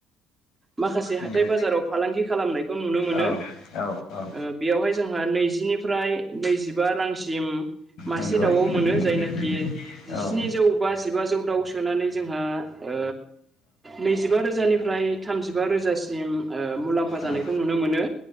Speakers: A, on the right; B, on the left.
A: माखासे
B: नंगौ
A: हाथाय बाजाराव फालांगि खालामनायखौ नुनो मोनो
B: औ औ औ
A: ओ बेयावहाय जोंहा नैजिनिफ्राय नैजिबा रांसिम मासे
B: नंगौ
A: दाउआव
B: औ
A: मोनो जायनाखि जिस्नि
B: औ
A: जौ बा जिबा जौ दाउ सोनानै जोंहा ओ नैजिबा रोजानिफ्राय थामजिबा रोजासिम ओ मुलाम्फा जानायखौ
B: औ
A: नुनो मोनो